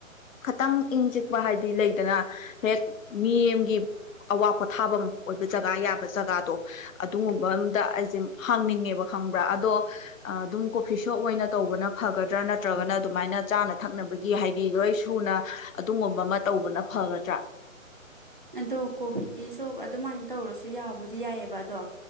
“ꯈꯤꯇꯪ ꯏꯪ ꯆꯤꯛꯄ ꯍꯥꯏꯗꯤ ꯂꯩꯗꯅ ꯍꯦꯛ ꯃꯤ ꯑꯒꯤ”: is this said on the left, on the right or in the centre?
Left